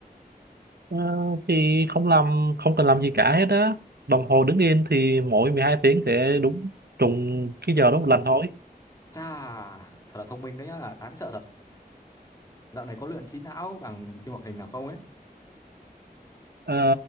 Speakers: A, on the right (about 90°); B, on the left (about 20°).
A: Ờ, thì không làm không cần làm gì cả hết á. Đồng hồ đứng yên thì mỗi 12 tiếng sẽ đúng trùng cái giờ đó một lần thôi.
B: chà thật là thông minh đấy nhá đáng sợ thật dạo này có luyện trí não bằng phim hoạt hình nào không ấy
A: Ờ,